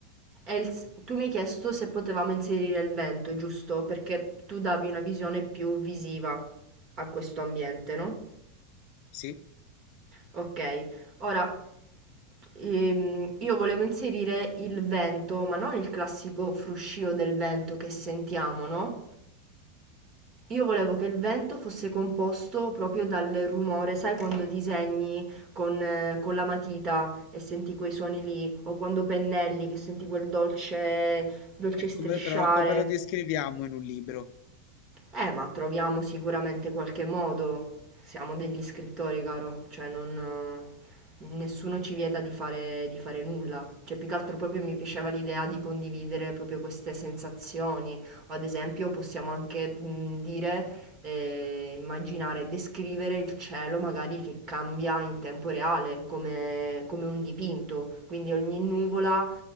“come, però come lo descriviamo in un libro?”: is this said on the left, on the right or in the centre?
Left